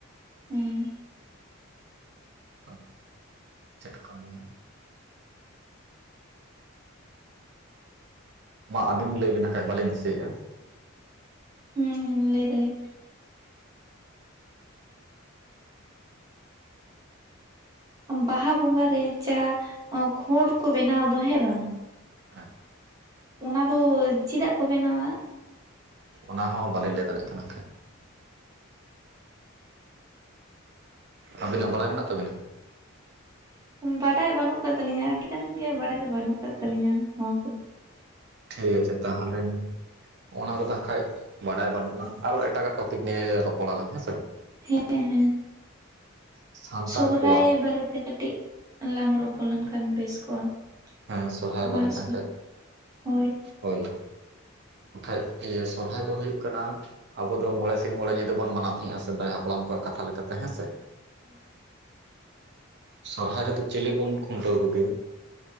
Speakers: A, on the right; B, on the right.
A: ᱦᱮᱸ
B: ᱟᱪᱪᱷᱟ ᱪᱴᱠᱟ <unintelligible> ᱢᱟ ᱟᱹᱵᱤᱱ ᱞᱟᱹᱭᱵᱤᱱ ᱮᱠᱷᱟᱱᱡ ᱵᱟᱹᱞᱤᱧ ᱫᱤᱥᱟᱹᱭᱮᱫᱼᱟ
A: ᱦᱩᱸ ᱞᱟᱹᱭ ᱫᱟᱞᱞᱤ ᱵᱟᱦᱟ ᱵᱚᱸᱜᱟᱮ ᱡᱟᱦᱟᱸ ᱠᱷᱰ ᱠᱚ ᱵᱮᱱᱟᱣ ᱫᱚ ᱦᱮᱸ ᱵᱟᱝ ᱾
B: ᱦᱮᱸ
A: ᱚᱱᱟ ᱫᱚ ᱪᱮᱫᱟᱜ ᱠᱚ ᱵᱮᱱᱟᱣᱟ
B: ᱚᱱᱟ ᱦᱚᱸ ᱵᱟᱞᱤᱧ ᱞᱟᱹᱭ ᱫᱟᱲᱮᱭᱟᱜ ᱠᱟᱱᱟ ᱛᱟᱦᱮᱸᱫ ᱟᱵᱤᱱᱟᱜ ᱵᱟᱲᱟᱭ ᱢᱮᱱᱟᱜ ᱛᱟᱵᱤᱱᱟ
A: ᱵᱟᱰᱟᱭ ᱵᱟᱹᱱᱩᱜ ᱟᱠᱟᱫ ᱛᱟᱹᱟᱞᱞᱤᱧᱟ ᱟᱹᱰᱤ ᱜᱟᱱ ᱜᱮ ᱵᱟᱰᱟᱭ ᱫᱚ ᱵᱟᱹᱱᱩᱜ ᱟᱠᱟᱫ ᱛᱟᱹᱞᱤᱧᱟ ᱱᱚᱣᱟ ᱠᱚᱫᱚ
B: ᱴᱷᱤᱠ ᱟᱪᱷᱮ ᱛᱟᱦᱚᱞᱮ ᱚᱱᱟ ᱠᱚᱫᱚ ᱠᱷᱟᱱᱡ ᱵᱟᱰᱟᱭ ᱵᱟᱹᱱᱩᱜᱼᱟ ᱟᱨᱚ ᱮᱴᱟᱜᱟᱜ ᱴᱚᱯᱤᱠ ᱱᱤᱭᱮ ᱨᱚᱯᱚᱲᱟᱞᱟᱝ ᱦᱮᱸᱥᱮ
A: ᱦᱮᱸ ᱦᱮᱸ
B: ᱥᱟᱱᱛᱟᱲ
A: ᱥᱚᱦᱨᱟᱭ
B: ᱠᱚᱣᱟᱜ
A: ᱵᱟᱨᱮᱛᱮ ᱠᱟᱹᱴᱤᱡ ᱞᱟᱝ ᱨᱚᱯᱚᱲ ᱞᱮᱱᱠᱷᱟᱱ ᱵᱮᱥ ᱠᱚᱜᱼᱟ ᱾
B: ᱦᱮᱸ ᱥᱚᱨᱦᱟᱭ
A: ᱵᱚᱨᱟᱭ
B: ᱵᱟᱨᱮᱛᱮ ᱦᱟᱸᱜ ᱠᱷᱟᱡ
A: ᱦᱳᱭ <unintelligible>
B: ᱦᱳᱭ ᱵᱟᱠᱷᱟᱡ ᱥᱚᱨᱦᱟᱭ ᱫᱚ ᱦᱩᱭᱩᱜ ᱠᱟᱱᱟ ᱟᱵᱚ ᱫᱚ ᱢᱚᱬᱮ ᱥᱤᱧᱝ ᱢᱚᱬᱮ ᱧᱤᱫᱟᱹ ᱵᱚᱱ ᱢᱟᱱᱟᱣ ᱛᱟᱦᱮᱸᱜᱼᱟ ᱥᱮᱫᱟᱭ ᱦᱟᱯᱲᱟᱢ ᱠᱚᱣᱟᱜ ᱠᱟᱛᱷᱟ ᱞᱮᱠᱟᱛᱮ ᱦ ᱦᱮᱸ ᱥᱮ ᱥᱵᱷᱟᱨᱮ ᱛ ᱪᱤᱞᱮ ᱵᱚᱱ ᱠᱷᱩᱱᱴ ᱠᱚᱜ?